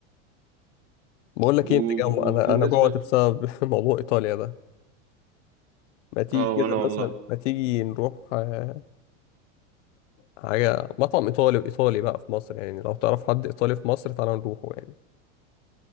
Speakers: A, on the left (about 75°); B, on the right (about 40°).
A: بقول لك
B: و-
A: ايه انت جو
B: وبالنسبة
A: انا انا جوعت بسبب <laughs> موضوع ايطاليا ده ما تيجي
B: اه
A: كده
B: وانا والله
A: مثلا ما تيجي نروح آه، حاجه مطعم ايطالي وايطالي بقى في مصر يعني لو تعرف حد ايطالي في مصر تعالى نروحه يعني